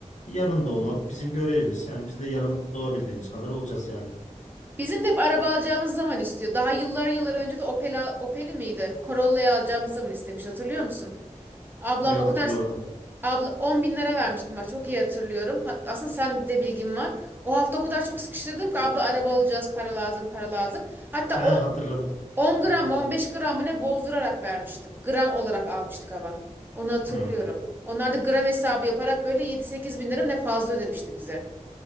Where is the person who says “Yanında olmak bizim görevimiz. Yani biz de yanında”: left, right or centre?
Left